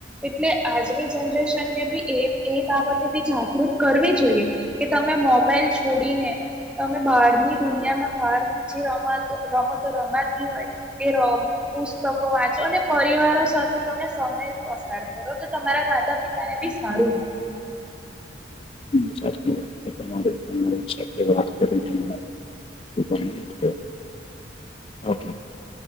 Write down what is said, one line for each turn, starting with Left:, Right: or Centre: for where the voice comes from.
Centre: એટલે આજની જનરેશનને બી એ એ બાબતે બી જાગૃત કરવી જોઈએ. કે તમે મોબાઈલ છોડીને તમે બહારની દુનિયામાં બહાર જે રમાત રમતો રમાતી હોય એ રમોપુસ્તકો વાંચો અને પરિવારો સાથે તમે સમય પસાર કરો તો તમારા માતા-પિતાને બી સારું લાગે.
Left: હમ, સાચી વાત છે. તમારે <inaudible> મને ખૂબ આનંદ થયો. ઓકે